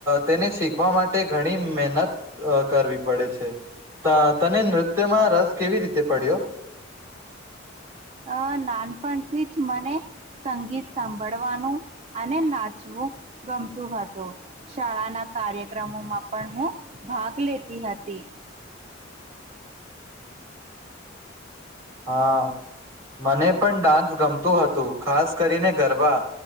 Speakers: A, on the right; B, on the right.
A: તેને શીખવા માટે ઘણી મહેનત કરવી પડે છે તને નૃત્યમાં રસ કેવી રીતે પડ્યો.
B: અ નાનપણથી જ મને સંગીત સાંભળવાનું અને નાચવું ગમતું હતું શાળાના કાર્યક્રમોમાં પણ હું ભાગ લેતી હતી.
A: હા મને પણ ડાન્સ ગમતું હતું. ખાસ કરીને ગરબા.